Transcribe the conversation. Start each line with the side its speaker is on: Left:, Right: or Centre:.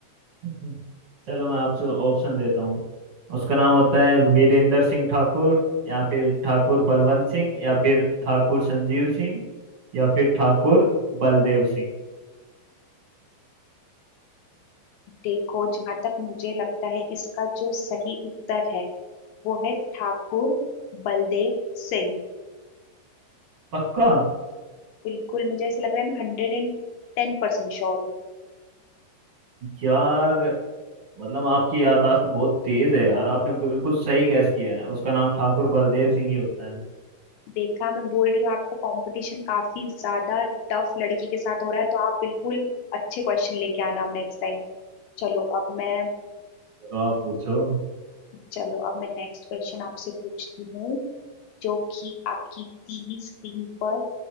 Right: हम्म। चलो मैं आपसे ऑप्शन देता हूँ उसका नाम होता है वीरेंद्र सिंह ठाकुर या फिर ठाकुर बलवंत सिंह या फिर ठाकुर संजीव सिंह या फिर ठाकुर बलदेव सिंह
Left: देखो जहां तक मुझे लगता है इसका जो सही उत्तर है वो है ठाकुर बलदेव सिंह
Right: पक्का
Left: बिल्कुल मुझे ऐसा लग रहा है मैं hundred and ten percent sure हूँ
Right: यार मतलब आपकी याददाश्त तो बहुत तेज है यार आपने बिल्कुल सही गैस किया है उसका नाम ठाकुर बलदेव सिंह ही होता है
Left: देखा मैं बोल रही हूँ आपका कंपटीशन काफी ज्यादा टफ लड़की के साथ हो रहा है तो आप बिल्कुल अच्छे क्वेश्चन लेके आना अब नेक्स्ट टाइम चलो अब मैं
Right: चलो आप पूछो
Left: चलो अब मैं नेक्स्ट क्वेश्चन आपसे पूछती हूँ जो कि आपकी टीवी स्क्रीन पर